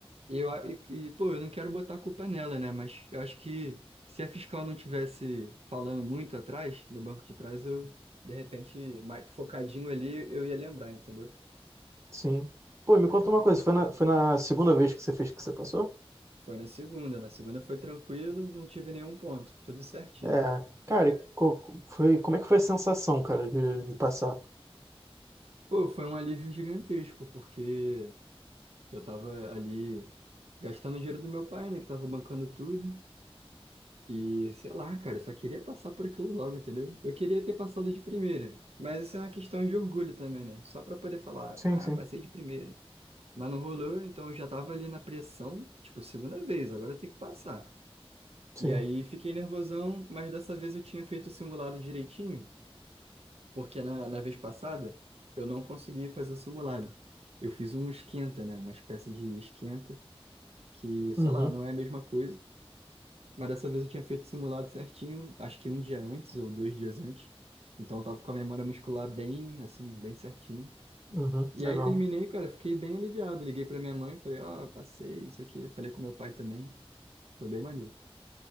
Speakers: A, on the right; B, on the right.
A: E, eu, e, e, pô, eu não quero botar a culpa nela, né? Mas eu acho que se a fiscal não tivesse falando muito atrás, no banco de trás, eu, de repente, mais focadinho ali, eu ia lembrar, entendeu?
B: Sim. Pô, e me conta uma coisa, foi na, foi na segunda vez que você fez que você passou?
A: Foi na segunda. Na segunda foi tranquilo, não tive nenhum ponto, tudo certinho.
B: É, cara, e co- foi, como é que foi a sensação, cara, de, de passar?
A: Pô, foi um alívio gigantesco, porque eu tava ali gastando o dinheiro do meu pai, né? Que tava bancando tudo. E sei lá, cara, eu só queria passar por aquilo logo, entendeu? Eu queria ter passado de primeira, mas isso é uma questão de orgulho também, né? Só pra poder falar,
B: Sim,
A: ah,
B: sim,
A: passei de primeira. Mas não rolou, então eu já tava ali na pressão, tipo, segunda vez, agora eu tenho que passar.
B: sim.
A: E aí fiquei nervosão, mas dessa vez eu tinha feito o simulado direitinho, porque na, na vez passada eu não consegui fazer o simulado. Eu fiz um esquenta, né? Uma espécie de esquenta, que, sei
B: Uhum,
A: lá, não é a mesma coisa. Mas dessa vez eu tinha feito o simulado certinho, acho que um dia antes ou dois dias antes. Então eu tava com a memória muscular bem, assim, bem certinho.
B: uhum,
A: E
B: legal.
A: aí terminei, cara, fiquei bem aliviado. Liguei pra minha mãe, falei, ó, passei, não sei o quê. Falei com meu pai também. Foi bem maneiro.